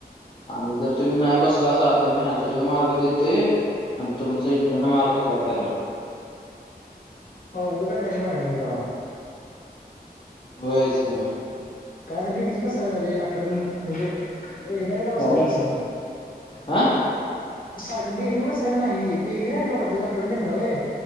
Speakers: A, on the left; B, on the left.
A: आणि जर तुम्ही नाही बसला असा. तर मी हजरीे मार्क देते. आणि तुमचं इंटरनल मार्क कट करणार.
B: अवघड काढलाय की मॅडम जरा.
A: होयच की म.
B: काय असं डेलीच बसायचं नाही रे. आठवड्यात म्हणजे. ऐगदा ऐगदा बसायचं
A: चाल
B: असं.
A: हा
B: सारखं डेली बसायचं नाही. डेली नाही नव का ते आठवड्यातून ऐगदा होय.